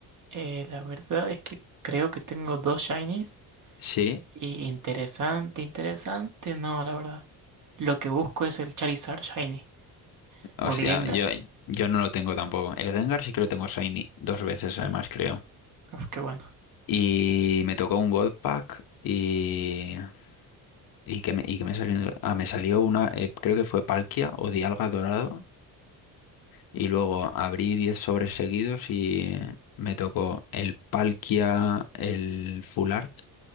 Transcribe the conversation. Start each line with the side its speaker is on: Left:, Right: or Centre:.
Right: Eh, la verdad es que creo que tengo dos shinies.
Left: Sí.
Right: Y interesante, interesante, no, la verdad. Lo que busco es el Charizard Shiny
Left: Hostia,
Right: o el Gengar,
Left: yo, yo no lo tengo tampoco. El Rengar sí que lo tengo Shiny dos veces
Right: ¿sí?
Left: además, creo.
Right: Uf, qué bueno,
Left: Y me tocó un God Pack y... ¿Y que me, y que me salió? Ah, me salió una, eh, creo que fue Palkia o Dialga Dorado. Y luego abrí 10 sobres seguidos y me tocó el Palkia, el Full Art